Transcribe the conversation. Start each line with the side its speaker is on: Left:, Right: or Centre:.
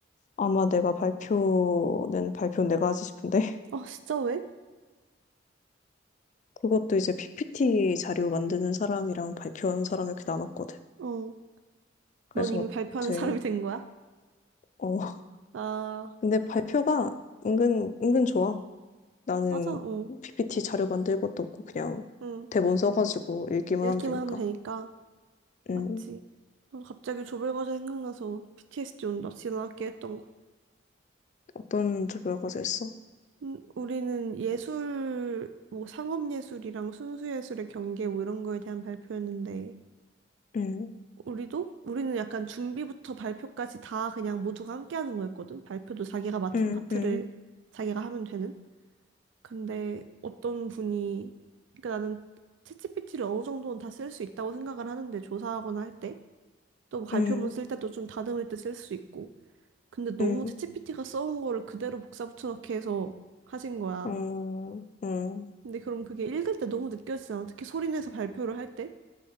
Left: 아마 내가 발표는 발표는 내가 하지 싶은데 <laughs>
Right: 어, 진짜 왜?
Left: 그것도 이제 PPT 자료 만드는 사람이랑 발표하는 사람 이렇게 나눴거든.
Right: 어.
Left: 그래서
Right: 넌 이미 발표하는
Left: 이제
Right: 사람이 된 거야?
Left: 어 <laughs>
Right: 아,
Left: 근데 발표가 은근 은근 좋아. 나는
Right: 맞아, 응,
Left: PPT 자료 만들 것도 없고 그냥
Right: 응.
Left: 대본 써가지고 읽기만
Right: 읽기만
Left: 하면 되니까.
Right: 하면 되니까.
Left: 음
Right: 맞지. 난 갑자기 조별과제 생각나서 b t s d 온다. 지난학기 했던 거.
Left: 어떤 조별 과제 했어
Right: 음, 우리는 예술, 뭐 상업예술이랑 순수예술의 경계 뭐 이런 거에 대한 발표였는데,
Left: 음
Right: 우리도? 우리는 약간 준비부터 발표까지 다 그냥 모두가 함께 하는 거였거든. 발표도 자기가 맡은
Left: 음
Right: 파트를
Left: 음
Right: 자기가 하면 되는. 근데 어떤 분이, 그러니까 나는 챗GPT를 어느 정도는 다 쓸 수 있다고 생각을 하는데, 조사하거나 할 때. 또 발표문
Left: 음 음
Right: 쓸 때도 좀 다듬을 때 쓸 수 있고. 근데 너무
Left: 음
Right: 챗GPT가 써온 거를 그대로 복사 붙여넣기 해서 하신 거야.
Left: 어, 어
Right: 근데 그럼 그게 읽을 때 너무 느껴지잖아. 특히 소리 내서 발표를 할 때.